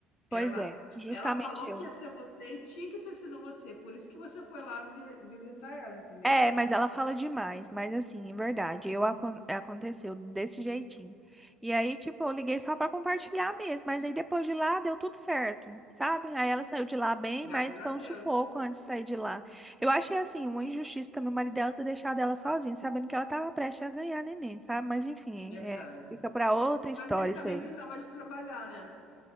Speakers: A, on the left (about 85°); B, in the centre.
A: Ela,
B: Pois é, justamente
A: ela falou
B: eu.
A: que ia ser você e tinha que ter sido você. Por isso que você foi lá vi- visitar ela, entendeu?
B: É, mas ela fala demais, mas assim, em verdade, eu acon- aconteceu desse jeitinho. E aí, tipo, eu liguei só pra compartilhar mesmo, mas aí depois de lá deu tudo certo, sabe? Aí ela saiu de lá bem,
A: Graças
B: mas foi
A: a Deus.
B: um sufoco antes de sair de lá. Eu achei assim, uma injustiça também o marido dela ter deixado ela sozinha, sabendo que ela tava prestes a ganhar neném, sabe? Mas enfim,
A: Verdade.
B: é, fica pra outra história
A: Mas ele também
B: isso aí.
A: precisava de trabalhar, né?